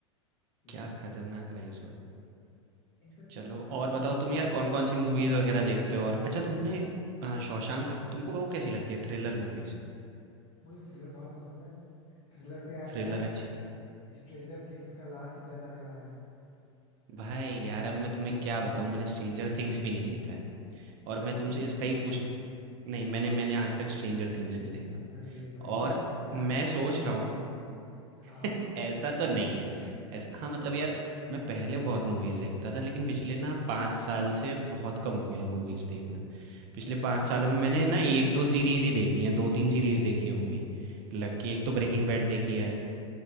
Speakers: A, on the left; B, on the right.
A: ये
B: क्या
A: बात तो
B: खतरनाक
A: है
B: राइज हुआ है
A: इनफेक्ट
B: चलो
A: तुम्हें पता
B: और
A: है
B: बताओ तुम यार कौन कौन सी मूवीज वगैरह देखते हो और अच्छा तुमने अ, शौशांक तुमको वो कैसी लगती है थ्रिलर मूवीज
A: मुझे थ्रिलर बहुत पसंद है थ्रिलर से याद
B: थ्रिलर
A: आया
B: अच्छी
A: स्ट्रेंजर थिंग्स का लास्ट सीजन आने वाला है
B: भाई यार अब मैं तुम्हें क्या
A: बहुत
B: बताऊँ मैंने स्ट्रेंजर थिंग्स भी नहीं देखा है और
A: तुम्हें
B: मैं
A: एक
B: तुमसे
A: भी
B: इसका ही पूछ नहीं मैंने मैंने आज तक स्ट्रेंजर थिंग्स नहीं देखा
A: अरे भाई
B: और
A: फिर तुमने क्या
B: मैं
A: देखा भाई
B: सोच रहा हूँ
A: हाँ
B: <laughs> ऐसा तो नहीं है ऐसा हाँ मतलब यार मैं पहले बहुत मूवीज़ देखता था लेकिन पिछले ना पाँच साल से बहुत कम हो गया है मूवीज़ देखना पिछले
A: अच्छा
B: पाँच सालों में मैंने ना एक दो सीरीज़ ही देखी हैं दो तीन सीरीज़ देखी होंगी लकी एक
A: अच्छा
B: तो ब्रेकिंग बैड देखी है